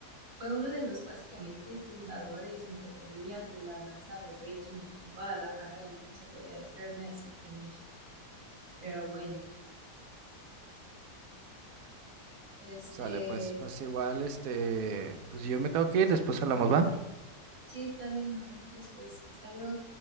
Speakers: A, on the right; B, on the right.
A: fue uno de los, básicamente, fundadores, entre comillas, de la danza de breaking aquí en Guadalajara, e incluso podría atreverme a decir que en México. Pero bueno. Este,
B: Sale, pues, pues igual, este, Pues yo me tengo que ir, después hablamos, ¿va?
A: sí, está bien, nos vemos después. Hasta luego.